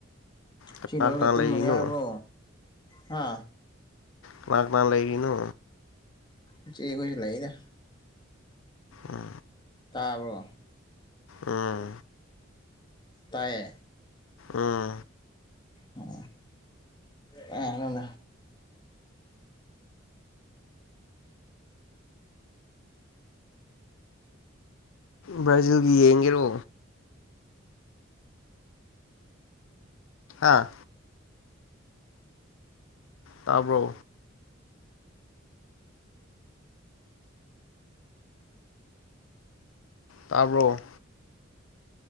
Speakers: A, on the left; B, on the left.
A: ꯀꯅꯥ
B: ꯁꯤ ꯂꯣꯏꯔꯒ
A: ꯀꯅꯥ
B: ꯇꯨꯝꯃꯒꯦ
A: ꯂꯩꯔꯤꯅꯣ
B: ꯍꯥꯏꯕ꯭ꯔꯣ ꯍꯥ
A: ꯀꯅꯥ ꯀꯅꯥ ꯂꯩꯔꯤꯅꯣ
B: ꯏꯆꯦ ꯈꯣꯏꯒ ꯂꯩꯌꯦꯗ
A: ꯎꯝ
B: ꯇꯥꯕ꯭ꯔꯣ
A: ꯎꯝ
B: <inaudible> ꯇꯥꯏꯌꯦ <unintelligible>
A: ꯎꯝ
B: ꯑꯣ ꯑꯣ ꯀꯥꯏꯗꯩꯩꯅꯣꯗ
A: ꯕ꯭ꯔꯥꯖꯤꯜꯒꯤ ꯌꯦꯡꯒꯔꯣ ꯑꯥ ꯇꯥꯕ꯭ꯔꯣ ꯇꯥꯕ꯭ꯔꯣ